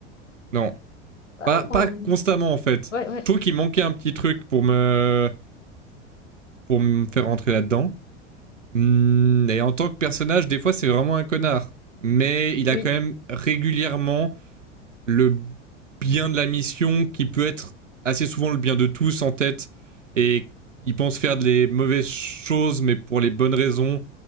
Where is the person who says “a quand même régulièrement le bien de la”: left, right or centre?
Right